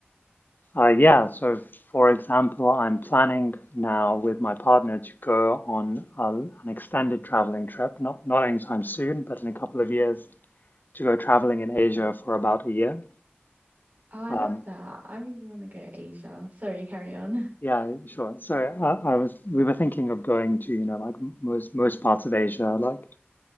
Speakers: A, on the left; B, on the right.
A: Uh, yeah, so for example, I'm planning now with my partner to go on a, an extended traveling trip, not, not anytime soon, but in a couple of years, to go traveling in Asia
B: Mm.
A: for about a year.
B: Oh, I
A: Um,
B: love that. I really want to go Asia. Sorry, carry on. <laughs>
A: yeah, sure. So uh, I was we were thinking of going to, you know, like most most parts of Asia, like